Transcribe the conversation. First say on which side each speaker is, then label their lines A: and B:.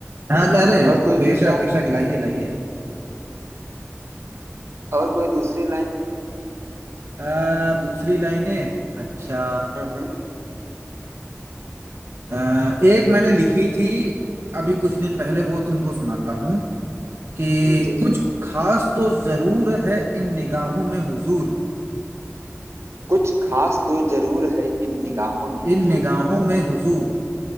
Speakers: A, on the right; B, on the right.
A: हाँ अरे
B: और कोई
A: बेशक
B: दूसरा
A: बेशक लाइए लाइए
B: और कोई दूसरी लाइन
A: अ, दूसरी लाइनें अच्छा
B: हम्म हम्म,
A: अ, एक मैंने लिखी थी अभी कुछ दिन पहले वो तुमको सुनाता हूँ कि
B: जी जी
A: कुछ खास तो जरूर है इन निगाहों में हुजूर
B: कुछ खास तो जरूर है इन निगाहों में हुजूर
A: इन निगाहों में हुजूर